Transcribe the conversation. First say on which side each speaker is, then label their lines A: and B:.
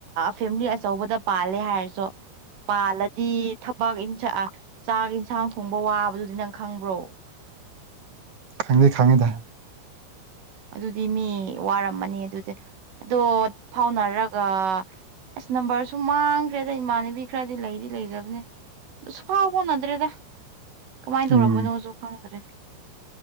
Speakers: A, on the right; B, on the right.
A: ꯐꯦꯃꯤꯂꯤ ꯑꯆꯧꯕꯗ ꯄꯥꯜꯂꯦ ꯍꯥꯏꯔꯁꯨ ꯄꯥꯜꯂꯗꯤ ꯊꯕꯛ ꯆꯥꯛ ꯌꯦꯟꯁꯥꯡ ꯊꯣꯡꯕ ꯋꯥꯕꯗꯨꯗꯤ ꯅꯪ ꯈꯪꯕ꯭ꯔꯣ
B: ꯈꯪꯗꯦ ꯈꯪꯉꯤꯗ
A: ꯑꯗꯨꯗꯤ ꯃꯤ ꯋꯥꯔꯝꯃꯅꯤ ꯑꯗꯨꯗꯤ ꯑꯗꯣ ꯐꯥꯎꯅꯔꯒ ꯑꯁ ꯅꯝꯕꯔꯁꯨ ꯃꯥꯡꯈ꯭ꯔꯦꯗ ꯏꯃꯥꯟꯅꯕꯤ ꯈꯔꯗꯤ ꯂꯩꯗꯤ ꯂꯩꯖꯕꯅꯦ ꯁꯨꯐꯥꯎꯕ ꯍꯣꯟꯅꯗ꯭ꯔꯦꯗ ꯀꯃꯥꯏꯅ ꯇꯧꯔꯝꯕꯅꯣꯁꯨ
B: ꯎꯝ
A: ꯈꯪꯗ꯭ꯔꯦ